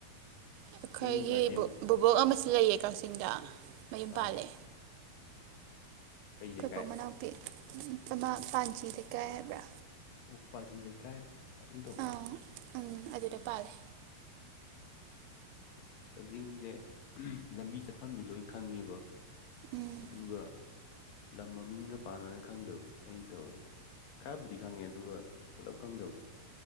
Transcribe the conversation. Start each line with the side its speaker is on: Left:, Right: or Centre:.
Right: ꯑꯩꯈꯣꯏꯒꯤ
Left: ꯀꯛꯆꯤꯡ ꯒꯥꯔꯗꯦꯟ
Right: ꯕꯨꯕꯣꯛ ꯑꯃ __ ꯂꯩꯌꯦ ꯀꯛꯆꯤꯡꯗ ꯃꯌꯨꯝ
Left: ꯑꯥ
Right: ꯄꯥꯜꯂꯦ
Left: ꯀꯩ ꯂꯩꯀꯥꯏ
Right: ꯑꯩꯣꯏꯕꯣꯛ ꯃꯅꯥꯎꯄꯤ ꯑꯃꯃꯥ ꯄꯥꯟꯖꯤ ꯂꯩꯀꯥꯏ ꯍꯥꯏꯕ꯭ꯔꯥ
Left: ꯎꯄꯥꯖꯤ ꯂꯩꯀꯥꯏ ꯍꯥꯢꯀꯨꯝ
Right: ꯑꯥ ꯎꯝ ꯑꯗꯨꯗ ꯄꯥꯜꯂꯦ
Left: ꯑꯁ ꯀꯛꯆꯤꯡꯁꯦ ꯂꯝꯕꯤ ꯆꯠꯐꯝꯁꯦ ꯂꯣꯏ ꯈꯪꯉꯦꯕ
Right: ꯎꯝ
Left: ꯑꯗꯨꯒ ꯂꯝ ꯃꯃꯤꯡꯒ ꯄꯥꯟꯅꯅ ꯈꯪꯗꯕ ꯑꯩꯅ ꯇꯧꯔꯤꯁꯦ ꯈꯔꯕꯨꯗꯤ ꯈꯪꯉꯦ ꯑꯗꯨꯒ ꯄꯨꯂꯞ ꯈꯪꯗꯕꯗꯣ